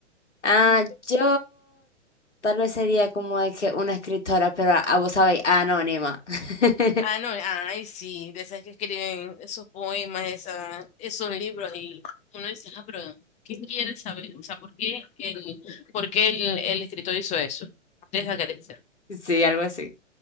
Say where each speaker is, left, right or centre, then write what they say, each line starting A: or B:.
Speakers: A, on the left (about 70°); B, on the left (about 20°).
A: Ah,
B: ¿Y tú?
A: yo tal vez sería como de que una escritora, pero a, a vos sabéis, anónima. <laughs>
B: Ah, no, ay, sí, de esas que escriben esos poemas, esa- esos libros, y uno dice, ah, pero ¿qué quieres saber? O sea, ¿por qué el, por qué el, el escritor hizo eso? De esa carencia.
A: Sí, algo así.